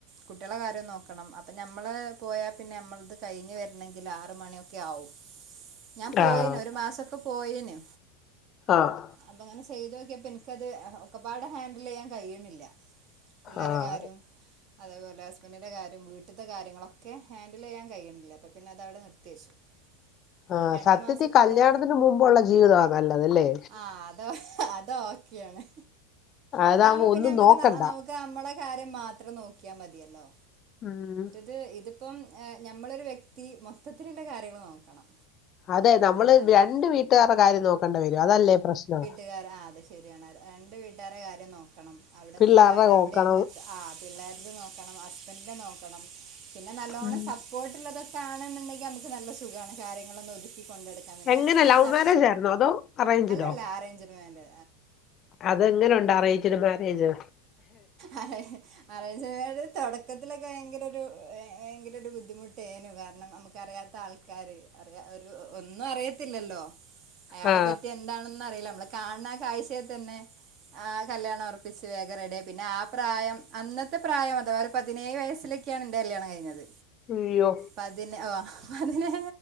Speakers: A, on the right; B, on the left.
A: കുട്ട്യള കാര്യം നോക്കണം അപ്പൊ ഞമ്മള് പോയ പിന്നെ നമ്മൾത് കഴിഞ്ഞ് വരണങ്കിൽ ആറ് മണിയൊക്കെ ആവും. ഞാൻ പോയിനു
B: ആഹ്
A: ഒരു മാസൊക്ക പോയിനു
B: ആഹ്
A: അപ്പ അങ്ങനെ സെയ്തു നോക്കിയപ്പം എനിക്കത് ഒക്കെപാടെ ഹാൻഡിലെയ്യാൻ കഴിയുന്നില്ല പിള്ളേരെ
B: ആഹ്
A: കാര്യവും അതേപോലെ ഹസ്ബൻഡിന്റെ കാര്യവും വീട്ടിത്തെ കാര്യങ്ങളൊക്കെ ഹാൻഡിലെയ്യാൻ കഴിയുന്നില്ല അപ്പം പിന്ന അത് അവിടെ നിർത്തിവച്ചു
B: ആ
A: ഒരു രണ്ടു
B: സത്യത്തി
A: മാസത്തോളം
B: കല്യാണത്തിന് മുമ്പുള്ള ജീവിതമാ നല്ലതല്ലേ
A: ആഹ് അതോ അതോ കിയാണേ
B: അതാവുമ്പോ
A: അതാവുമ്പം പിന്നെ
B: ഒന്നും
A: ഞമക്ക്
B: നോക്കണ്ട
A: നമുക്ക് നമ്മളെ കാര്യം മാത്രം നോക്കിയാൽ മതിയല്ലോ
B: ഉം
A: ഇത് ഇതിപ്പം ഞമ്മളൊരു വ്യക്തി മൊത്തത്തിലുള്ള കാര്യങ്ങള് നോക്കണം
B: അതെ നമ്മള്
A: അതാണ്
B: രണ്ട് വീട്ടുകാരടെ കാര്യം നോക്കണ്ടി വരും അതല്ലേ പ്രശ്നാ
A: ക്കാറാത് ശരിയാണ് രണ്ട് വീട്ടുകാരെ കാര്യം നോക്കണം അവിടെ
B: പിള്ളേരുടെ
A: എന്തെങ്കിലും ആയാലും
B: നോക്കണം
A: അവിടന്നിങ്ങള് ആ യാ അവിടെ നമ്മള് ആഹ് പിള്ളേരുത് നോക്കണം ഹസ്ബൻഡ്നെ നോക്കണം പിന്നെ നല്ലോണ്ണം
B: ഉം.
A: സപ്പോർട്ട് ള്ളതൊക്കെ ആണെന്നുണ്ടെങ്കിൽ ഞമുക്ക് നല്ല സുഖാണ് കാര്യങ്ങളൊന്നും ഒതുക്കി കി കൊണ്ടൊടുക്കാൻ പിന്നെ
B: എങ്ങനെ ലവ്
A: സം
B: മാരേജ് ആയിരുന്നോ അതോ അറേഞ്ച്ഡോ
A: അല്ലല്ല അറേഞ്ച്ട്മേന്റാ
B: അതെങ്ങനെ ഒണ്ട് അറേജ്ട് മ്യാരേജ്
A: ആ ഹേ ഹേ അറേൻജ്മേര് തൊടക്കത്തിലൊക്കെ ഭയങ്കര ഒരു ഭയങ്കര ഒരു ബുദ്ധിമുട്ടേനു കാരണം നമുക്ക് ക്കറിയാത്ത ആൾക്കാര് അറിയ ഒരു ഒന്നും അറിയത്തില്ലല്ലോ അയാളെ
B: ആ
A: പറ്റി എന്താണെന്ന് അറിയില്ല ഞമ്മള് കാണാ കാഴ്ചേ തന്നെ ആഹ് കല്യാണം ഒറ പ്പിച്ച് വേഗം റെഡിയായി പിന്നെ ആഹ് പ്രായം അന്നത്തെ പ്രായം അഥവാ ഒരു പതിനേഴ് വയസ്സിലൊക്കെയാണ് എന്റെ കല്യാണം കഴിഞ്ഞത്
B: അയ്യോ
A: പതിന് ഓ ആഹ് അതിനെ